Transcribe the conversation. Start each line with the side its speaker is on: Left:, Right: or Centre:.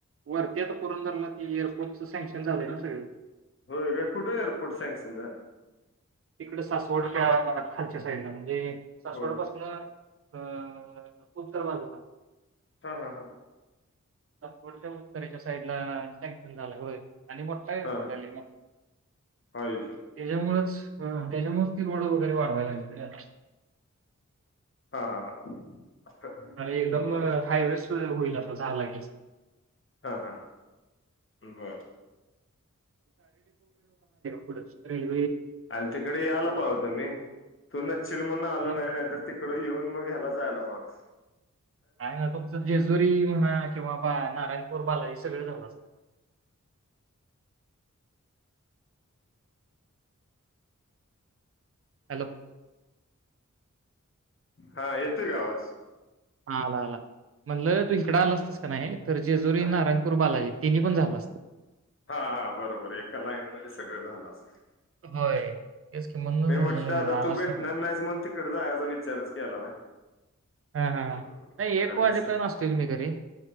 Right: वर तेच पुरून धरल की एअरपोर्ट सक्शन झालंय ना सगळे
Left: होय का कुठे एअरपोर्ट सँक्शन झा
Right: तिकडे सासवड खालच्या साईडला म्हणजे सासवडपासन
Left: होय
Right: अ उत्तर वाजूला
Left: हा हा हा ह
Right: सासवड च्या उत्तरेच्या साईड ला झालंय होय आणि मोठा एअरपोर्ट
Left: हा हा
Right: आले मग
Left: आयुष्य
Right: त्याच्यामुच हा त्याच्यामुळेच ते रोड वगैर वाढवायला लागल <unintelligible>
Left: हा हा हा
Right: आणि एकदम
Left: बर
Right: हाय रस् होईल असता चहा लागेच
Left: हा हा हा बर
Right: क <inaudible>
Left: अल तिकडे यायला पाहत मी तू नचिल म्हणून आलो
Right: ना
Left: नाही नाहीतर तिकड येऊन मग ह्याला जायला पाहिजे
Right: काय नाय तुमचं जेजुरी किंवा नारायणपूर बालाजी ही सगळ झालं असत हॅलो
Left: हा येतोय का आवाज
Right: आला आला म्हणलं तू इकडं आला असतस का नाही तर जेजूरी
Left: हा
Right: नाराणपूर बालाजी तीनी पण झालं असतं
Left: हा हा बरोबर एका लाईनमध्ये सगळं झालं असत
Right: होय तेच की म्हणूनच
Left: मी
Right: म्हणलेलं
Left: म्हटलं आता
Right: आला
Left: तू
Right: असता
Left: भेटणार नाहीस म्हण तिकड जायाचा विचारच केला नाय
Right: हा हा
Left: हम्
Right: नाही एक
Left: आणि
Right: वाजेपर्यंत
Left: दुसंय
Right: असतील मी घरी